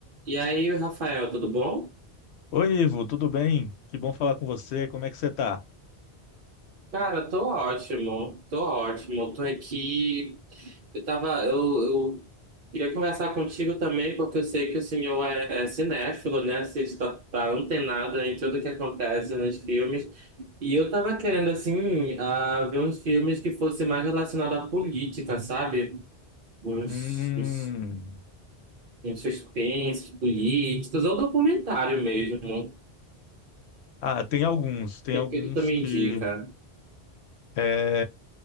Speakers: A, on the right (about 60°); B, on the left (about 90°).
A: E aí, Rafael, tudo bom?
B: Oi, Ivo, tudo bem? Que bom falar com você. Como é que você tá?
A: Cara, tô ótimo, tô ótimo. Tô aqui. Eu tava. Eu, eu queria conversar contigo também, porque eu sei que o senhor é, é cinéfilo, né? Você está, tá antenado em tudo que acontece nos filmes. E eu tava querendo, assim, ah, ver uns filmes que fossem mais relacionados à política, sabe? Uns,
B: Hum...
A: uns, uns suspensos políticos, ou documentário mesmo.
B: Ah, tem alguns, tem alguns
A: Tem que tu me
B: que...
A: indica,
B: é,